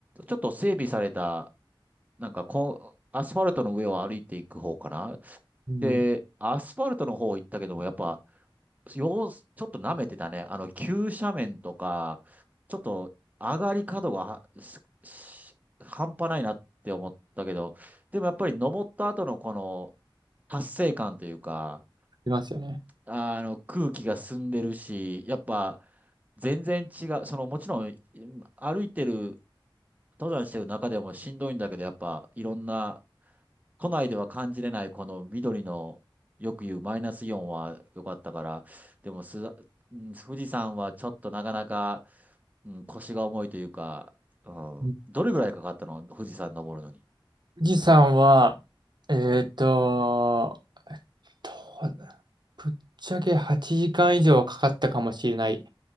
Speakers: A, on the right; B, on the right.
A: ちょっと整備されたなんかこう、アスファルトの上を歩いていく方かな。
B: うん、
A: で、アスファルトの方行ったけども、やっぱ、よう、ちょっと舐めてたね。あの、急斜面とか、ちょっと上がり角がはすし半端ないなって思ったけど、でもやっぱり登った後のこの達成感というか、
B: ありますよね。
A: あの、空気が澄んでるし、やっぱ、全然違う。その、もちろん、歩いてる登山してる中でもしんどいんだけど、やっぱいろんな、都内では感じれないこの緑の、よく言うマイナスイオンは良かったから、でもす、うん富士山はちょっとなかなか、うん、腰が重いというか、うん、
B: うん
A: どれぐらいかかったの富士山登るのに。
B: 富士山は、えっと、どうだぶっちゃけ8時間以上はかかったかもしれない。